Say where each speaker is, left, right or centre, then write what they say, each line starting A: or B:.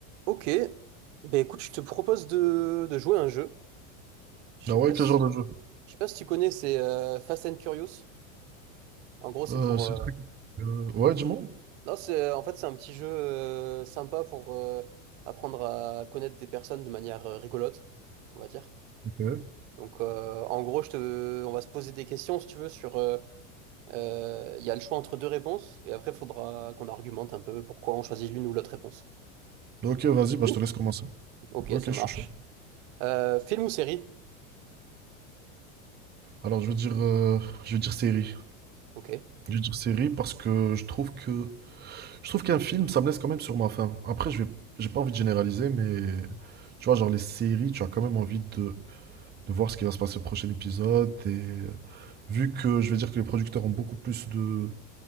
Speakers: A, on the right (about 60°); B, on the right (about 25°).
A: Ok, ben écoute, je te propose de, de jouer à un jeu. Je
B: Ah
A: sais
B: ouais,
A: pas
B: quel
A: si,
B: genre de jeu?
A: je sais pas si tu connais, c'est euh, Fast and Curious. En gros, c'est
B: Euh,
A: pour,
B: c'est
A: euh,
B: le truc. euh, ouais, dis-moi.
A: non, c'est en fait c'est un petit jeu euh, sympa pour euh, apprendre à connaître des personnes de manière euh, rigolote, on va dire.
B: Ok.
A: Donc euh, en gros, je te, on va se poser des questions si tu veux sur, euh, euh, il y a le choix entre deux réponses et après il faudra qu'on argumente un peu pourquoi on choisit l'une ou l'autre réponse.
B: Ok, vas-y,
A: Ça
B: bah,
A: te dit
B: je te laisse commencer.
A: Ok,
B: Ok,
A: ça
B: je suis
A: marche.
B: chaud.
A: Euh, film ou série?
B: Alors, je vais dire, euh, je vais dire série.
A: Ok,
B: Je vais dire série parce que je trouve que je trouve qu'un film, ça me laisse quand même sur ma faim. Après, je vais, j'ai pas envie de généraliser, mais tu vois, genre les séries, tu as quand même envie de, de voir ce qui va se passer au prochain épisode. Et euh, vu que je vais dire que les producteurs ont beaucoup plus de,